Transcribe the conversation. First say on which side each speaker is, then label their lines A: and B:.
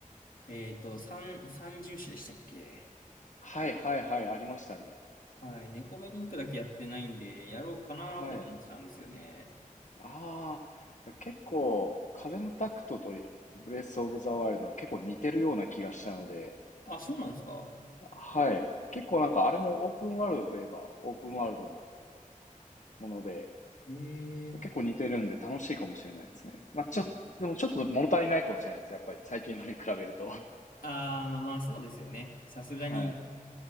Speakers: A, on the left; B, on the left.
A: えっと、三、三重視でしたっけ
B: はいはいはい、ありましたね。
A: はい。猫目リンクだけやってないんで、やろうかなと思ってたんですよね。
B: はい。ああ、結構、風のタクトとブレス・オブ・ザ・ワイルドは結構似てるような気がしたので、
A: あ、そうなんですか。
B: はい。結構なんかあれもオープンワールドといえばオープンワールドのもので、
A: え
B: 結構似てるんで楽しいかもしれないですね。
A: え。
B: まあ、ちょ、でもちょっと物足りないかもしれないです。やっぱり最近のに比べると。
A: ああ、まあまあ、そうですよね。さすがに、
B: はい、